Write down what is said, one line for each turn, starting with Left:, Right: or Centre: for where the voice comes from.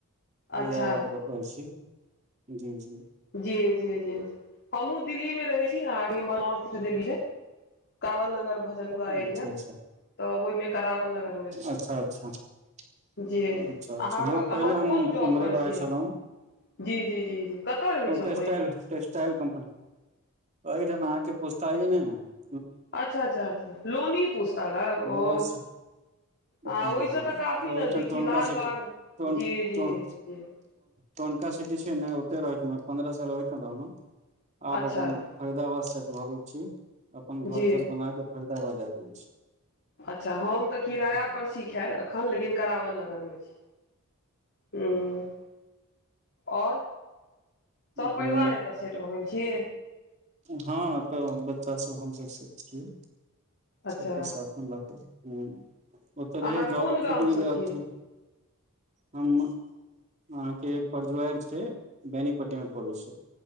Right: फरीदाबाद
Left: अच्छा
Right: ब कहै छी जी जी
Left: जी जी जी हमहुँ दिल्ली मे रहे छी अहाँ कें इम्हर देलीह कांवल नगर भजनपुरा एरिया
Right: अच्छा अच्छा
Left: तऽ ओहिमे करावल नगर
Right: अच्छा अच्छा अच्छा
Left: जी
Right: अच्छा
Left: अहाँ
Right: हँ
Left: अहाँ
Right: पहिले हम
Left: कोन
Right: ओम
Left: जॉब
Right: ओम्हरे
Left: पर
Right: रहै
Left: छियै
Right: छलहुँ
Left: जी जी जी जी कतय रहै
Right: हम
Left: छलहुँ
Right: टेस्टाइल
Left: एहिमे
Right: टेस्टाइल कम्पनी अइ जन अहाँके पूछता नहि न
Left: अच्छा अच्छा लोनी पूछता ल ओ
Right: ओहिस
Left: ओहिसँ
Right: हँ हँ
Left: तऽ काफी
Right: ओहिठाम
Left: नजदीक
Right: टोनका
Left: छी लालबाग
Right: सिटी टोन
Left: जी जी
Right: टोन
Left: जी
Right: टोनका सिटी छै ने ओते रहै छै पन्द्रह साल रहलहुँ आब
Left: अच्छा
Right: अपन फरिदाबाद सेट भऽ गेल छी अपन
Left: जी
Right: घर तर बनाके फायदाबाद आबि गेल छी
Left: अच्छा हम तऽ किराय
Right: बुझलियै
Left: पर छी खैर एखन लेकिन करावल नगरमे छी हुँ आओर सपरिवार
Right: हूँ
Left: एतह सेट भऽ गेल छी
Right: हँ तऽ बच्चा सब हम सब छिय
Left: अच्छा
Right: सबके साथ हुँ ओत रहे
Left: अहाँ
Right: जॉब
Left: कोन गामसँ
Right: छुट गेलय
Left: छियै
Right: आओर की हम अहाँ के परजुआर छै बेनी पट्टी मे पड़ै छै